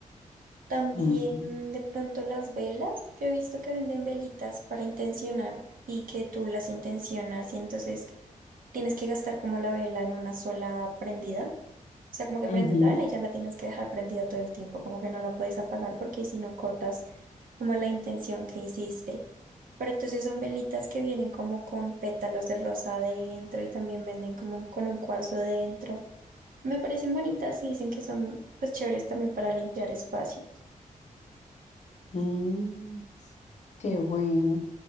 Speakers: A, on the right; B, on the left.
A: También
B: Mm,
A: de pronto las velas. Yo he visto que venden velitas para intencionar y que tú las intencionas y entonces tienes que gastar como la vela en una sola prendida. O sea, como que
B: ujú.
A: prendes la vela y ya la tienes que dejar prendida todo el tiempo, como que no la puedes apagar porque si no cortas como la intención que hiciste. Pero entonces son velitas que vienen como con pétalos de rosa adentro y también venden como con un cuarzo dentro. Me parecen bonitas y dicen que son pues chéveres también para limpiar espacios.
B: Mm, qué bueno.